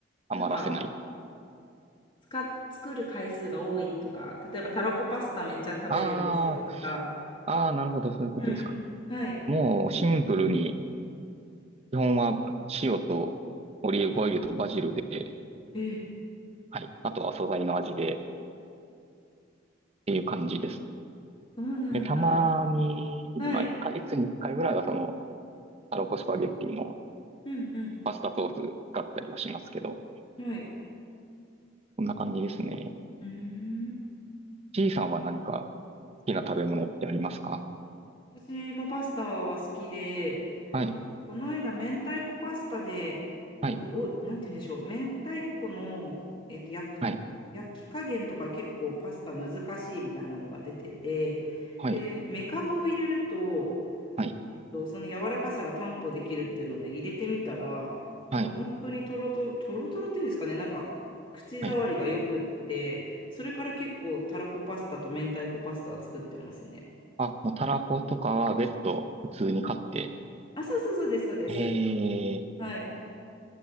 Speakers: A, on the right; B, on the left.
A: 余らせない。
B: なんか使作る回数が多いとか、例えばたらこパスタめっちゃ食べるんですよとか。
A: ああ、ああ、なるほど、そういうことですか。
B: うんうん。はい。
A: もう、シンプルに、基本は塩とオリーブオイルとバジルで、
B: ええ、
A: はい、あとは素材の味で、っていう感じです。
B: そうなんだ。
A: で、たまに、
B: はい。
A: まあ、1ヶ月に1回ぐらいは、その、タロコスパゲッティの、
B: うんう
A: パスタソース使ったりはしますけど、
B: ん。はい。
A: こんな感じですね。
B: うーん。
A: C さんは何か好きな食べ物ってありますか
B: 私もパスタは好きで、
A: はい、
B: なんかこの間、明太子パスタで、
A: はい、
B: お、お、なんて言うんでしょう、明太子の、えっと、焼く、
A: はい、
B: 焼き加減とか結構パスタ難しいみたいなのが出てて、
A: はい、
B: で、めかぶを入れると、
A: はい、
B: えっと、その柔らかさが担保できるっていうので入れてみたら、
A: はい、
B: なんか本当にとろとろ、とろとろっていうんですかね、なんか口触りがよくって、
A: はい。
B: それから結構たらこパスタと明太子パスタは作ってますね。
A: あ、もうたらことかは別途普通に買って、
B: あ、そうそうそうです、そうです。
A: えー、
B: はい。